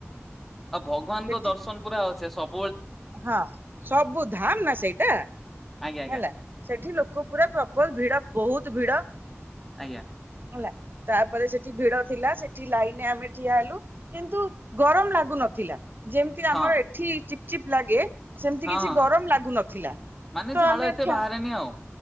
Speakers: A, in the centre; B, on the right.
A: ଆଉ ଭଗବାନଙ୍କ
B: ସେଠି
A: ଦର୍ଶନ ପୁରା ଅ ସେ ସବ
B: ହଁ ସବୁ ଧାମ ନା ସେଇଟା
A: ଆଜ୍ଞା ଆଜ୍ଞା
B: ହେଲା ସେଠି ଲୋକ ପୁରା ପ୍ରପଲ ଭିଡ ବହୁତ ଭିଡ।
A: ଆଜ୍ଞା
B: ହେଲା ତାପରେ ସେଠି ଭିଡ ଥିଲା ସେଠି ଲାଇନ ଆମେ ଠିଆ ହେଲୁ କିନ୍ତୁ ଗରମ ଲାଗୁନ ଥିଲା ଯେମିତି ଆମର
A: ହଁ
B: ଏଠି ଚିପ୍ ଲାଗେ ସେମିତି
A: ହଁ
B: କିଛି
A: ହଁ
B: ଗରମ
A: ହଁ
B: ଲାଗୁ ନଥିଲା
A: ମାନେ
B: ତ
A: ଝାଳ
B: ଆମେ
A: ଏତେ
B: ଏଠ
A: ବାହାରେନି ଆଉ